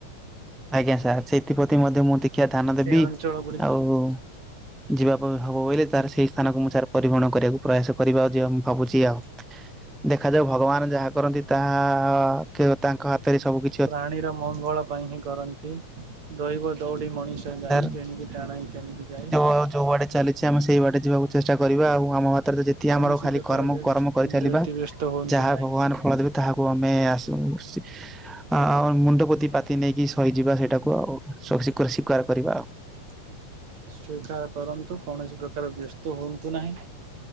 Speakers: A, in the centre; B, on the right (about 55°).
A: ଆଜ୍ଞା ସାର୍ ସେଥିପ୍ରତି ମଧ୍ୟ ମୁଁ ଟିକେ ଧ୍ୟାନ ଦେବି
B: ସେ ଅଞ୍ଚଳ ଗୁଡିକ
A: ଆଉ ଯିବା ପାଇଁ ହବ ବୋଇଲେ ତାର ସେଇ ସ୍ଥାନକୁ ମୁଁ ସାର ପରିବହନ କରିବାକୁ ପ୍ରୟାସ କରିବା ଆଉ ଯେ ମୁଁ ଭାବୁଛି ଆଉ।
B: <inaudible>
A: ଦେଖାଯାଉ ଭଗବାନ ଯାହା କରନ୍ତି ତାହା କେବ ତାଙ୍କ ହାତରେ ସବୁ କି
B: ପ୍ରାଣୀର ମଙ୍ଗଳ ପାଇଁ ହିଁ କରନ୍ତି। ଦୈବ ଦୌଡି ମଣିଷ ଗାଇ
A: ସାର୍
B: ଯେଣିକି ଟାଣଇ ତେଣିକି ଯାଇଁ।
A: ଯୋଉ ଯୋଉ ବାଟେ ଚାଲିଛି ଆମେ ସେଇ ବାଟେ ଯିବାକୁ ଚେଷ୍ଟା କରିବା ଆଉ ଆମ ହାତରେ ଯେତିକି
B: କୌଣସି
A: ଆମର ଖାଲି
B: ପ୍ରକାର
A: କର୍ମ
B: ବ୍ୟତିବ୍ୟସ୍ତ
A: କର୍ମ କରିଚାଲିବା।
B: ହୁଅନ୍ତୁ
A: ଯାହା
B: ନାହିଁ।
A: ଭଗବାନ ଫଳ ଦେବେ ତାହାକୁ ଆମେ ଆସ <unintelligible> ଆ ଆ ମୁଣ୍ଡ ପୋତି ପାତି ନେଇକି ସହିଯିବା ସେଇଟାକୁ ଆଉ ଶୋଷିକରି ସ୍ୱୀକାର କରିବା ଆଉ।
B: <inaudible> ସ୍ୱୀକାର କରନ୍ତୁ କୌଣସି ପ୍ରକାର ବ୍ୟସ୍ତ ହୁଅନ୍ତୁ ନାହିଁ।